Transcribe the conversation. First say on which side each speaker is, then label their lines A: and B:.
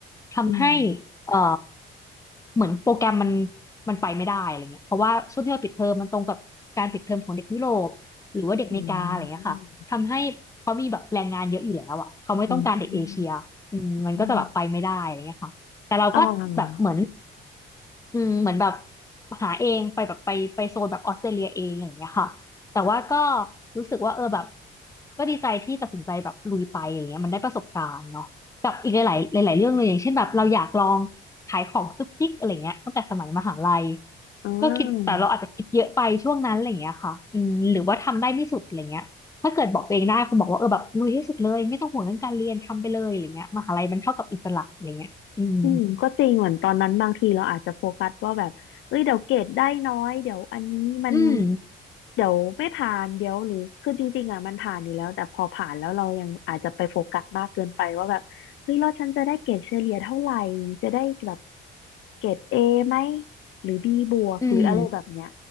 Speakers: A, on the left; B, on the left.
A: ทำให้
B: อืม
A: เอ่อเหมือนโปรแกรมมันมันไปไม่ได้อะไรเงี้ยเพราะว่าช่วงที่เราปิดเทอมมันตรงกับการปิดเทอมของเด็กยุโรปหรือว่าเด็กอเมริกาอะไรเงี้ยค่ะทำให้เขามีแบบแรงงานเยอะอยู่แล้วอ่ะเขาไม่ต้องการเด็กเอเชียอืมมันก็จะแบบไปไม่ได้อะไรเงี้ยค่ะแต่เราก็แบบเหมือน
B: อืมอืมอืมอ่า
A: อืมเหมือนแบบหาเองไปแบบไปไปโซนแบบออสเตรเลียเองอย่างเงี้ยค่ะแต่ว่าก็รู้สึกว่าเออแบบก็ดีใจที่ตัดสินใจแบบลุยไปอย่างเงี้ยมันได้ประสบการณ์เนาะกับอีกหลายๆหลายๆเรื่องเลยอย่างเช่นแบบเราอยากลองขายของจุกจิกอะไรเงี้ยตั้งแต่สมัยมหาลัย
B: อ่า
A: ก็คิดแต่เราอาจจะคิดเยอะไปช่วงนั้นอะไรเงี้ยค่ะอืมหรือว่าทำได้ไม่สุดอะไรเงี้ยถ้าเกิดบอกตัวเองได้คุณบอกว่าเออแบบลุยให้สุดเลยไม่ต้องห่วงเรื่องการเรียนทำไปเลยอะไรเงี้ยมหาลัยมันเท่ากับอิสระอะไรเงี้ยอืม
B: อืมก็จริงเหมือนตอนนั้นบางทีเราอาจจะโฟกัสว่าแบบเอ้ยเดี๋ยวเกรดได้น้อยเดี๋ยวอันนี้มัน
A: อืม
B: เดี๋ยวไม่ผ่านเดี๋ยวหรือคือจริงๆอ่ะมันผ่านอยู่แล้วแต่พอผ่านแล้วเรายังอาจจะไปโฟกัสมากเกินไปว่าแบบเฮ้ยแล้วฉันจะได้เกรดเฉลี่ยเท่าไหร่จะได้แบบเกรดเอไหมหรือบีบวกหรืออะไรแบบเนี้ย
A: อืม